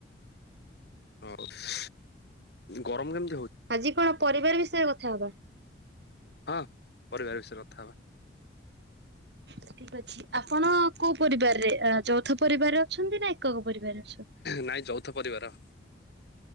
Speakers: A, on the left (about 60°); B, on the right (about 60°).
A: ହଉ ଗରମ କେ
B: ଆଜି କଣ ପରିବାର ବିଷୟରେ କଥା ହବା।
A: ହଁ ପରିବାର ବିଷୟରେ କଥା ହବା।
B: ଠିକ ଅଛି ଆପଣ କୋଉ ପରିବାରରେ ଚଉଥ ପରିବାରରେ ଅଛନ୍ତି ନା ଏକକ ପରିବାର
A: ନାଇଁ ଯୌଥ ପରିବାର।